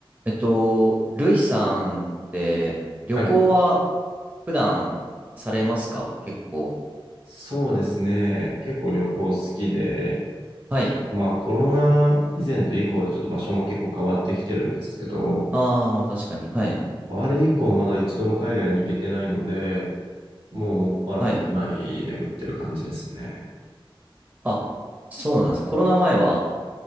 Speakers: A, on the right (about 15°); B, on the right (about 75°).
A: えっと、ルイさんって旅行は
B: はい。
A: 普段されますか結構。
B: そうですね。結構旅行好きで、
A: はい。
B: まあコロナ以前と以降でちょっと場所も結構変わってきてるんですけど、
A: ああ、まあ確かに。はい。
B: まあれ以降はまだ一度も海外に行けてないので、もうもっぱら国内巡ってる感じですね。
A: はい。あ、そうなんですね。コロナ前は